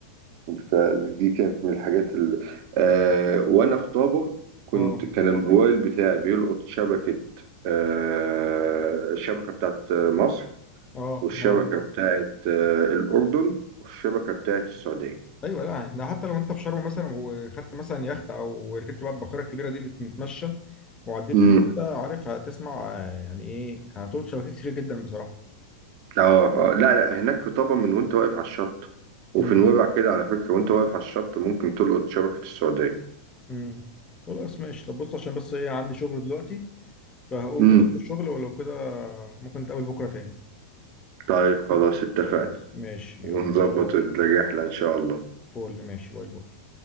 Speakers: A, on the right; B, on the left.
A: فدي كانت من الحاجات ال... آه... وانا في طابة كنت
B: اه
A: كان الموبايل بتاعي بيلقط شبكة آه... الشبكة بتاعت مصر
B: اه
A: والشبكة
B: آه.
A: بتاعت آه، الأردن والشبكة بتاعت السعودية
B: ايوه لا احنا حتى لو انت في شرم مثلا وخدت مثلا يخت او ركبت بقى الباخره الكبيره دي اللي بتتمشى وعديت
A: امم
B: في حته عارفها هتسمع آه، يعني ايه هتلقط شبكات كتير جدا بصراحه
A: اه آه، لا لا هناك في طبعا من وانت واقف على الشط وفي
B: امم
A: نويبع كده على فكرة وانت واقف على الشط ممكن تلقط شبكة السعودية
B: امم خلاص ماشي طب بص عشان بس ايه عندي شغل دلوقتي فهقوم
A: امم
B: كده في الشغل ولو كده ممكن نتقابل بكره تاني
A: طيب خلاص اتفقنا
B: خلاص ماشي
A: ونظبط
B: يلا باي باي
A: الرحلة إن شاء الله
B: فول ماشي باي باي